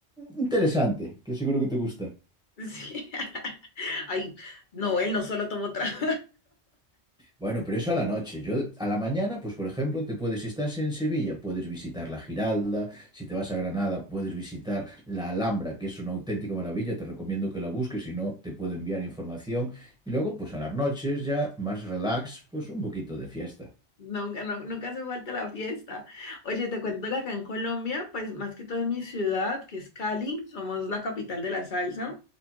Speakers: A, in the centre; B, on the left (about 50°).
A: interesante, que seguro que te gusta.
B: Sí. <laughs> Ay, no, él no solo tomó trago.
A: Bueno, pero eso a la noche. Yo a la mañana, pues por ejemplo, te puedes, si estás en Sevilla, puedes visitar la Giralda, si te vas a Granada, puedes visitar la Alhambra, que es una auténtica maravilla, te recomiendo que la busques, si no, te puedo enviar información. Y luego,
B: <laughs>
A: pues a las noches ya, más relax, pues un poquito de fiesta.
B: Nunca, nu- nunca hace falta la fiesta. Oye, te cuento que acá en Colombia, pues más que todo en mi ciudad, que es Cali, somos la capital de la salsa,